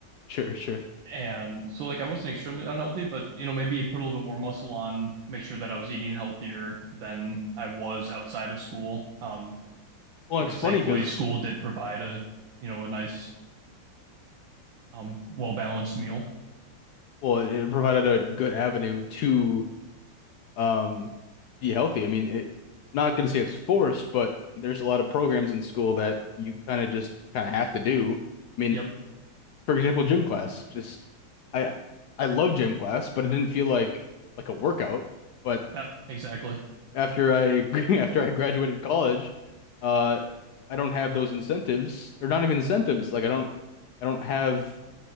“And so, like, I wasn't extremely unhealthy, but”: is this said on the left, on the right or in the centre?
Right